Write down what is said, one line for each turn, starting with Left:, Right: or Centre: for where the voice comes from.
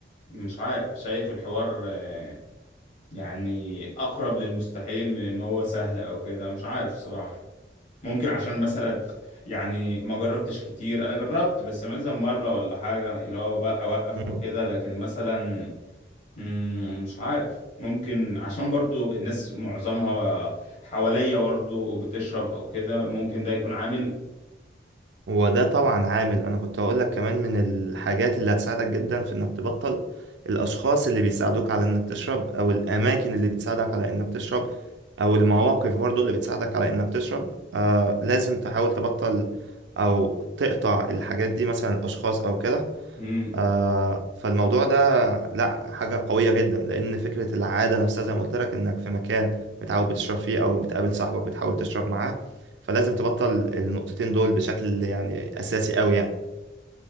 Left: مش عارف شايف الحوار آه، يعني اقرب للمستحيل من ان هو سهل او كده مش عارف صراحة ممكن عشان مثلا يعني ما جربتش كتير انا جربت بس مثلا مرة ولا حاجة اللي هو بقى اوقف
Right: م-
Left: او كده لكن مثلا مم، مش عارف ممكن عشان برضو الناس معظمها حواليا برضو بتشرب او كده ممكن ده يكون عامل
Right: هو ده طبعا عامل انا كنت هقول لك كمان من الحاجات اللي هتساعدك جدا في انك تبطل الاشخاص اللي بيساعدوك على انك تشرب او الاماكن اللي بتساعدك على انك تشرب او المواقف برضو اللي بتساعدك على انك تشرب آه لازم تحاول تبطل او تقطع الحاجات دي مثلا الاشخاص او كده
Left: مم.
Right: آه، فالموضوع ده لا حاجة قوية جدا لأن فكرة العادة نفسها زي ما قلت لك إنك في مكان متعود بتشرب فيه أو بتقابل صاحبك بتحاول تشرب معاه فلازم تبطل النقطتين دول بشكل يعني أساسي أوي يعني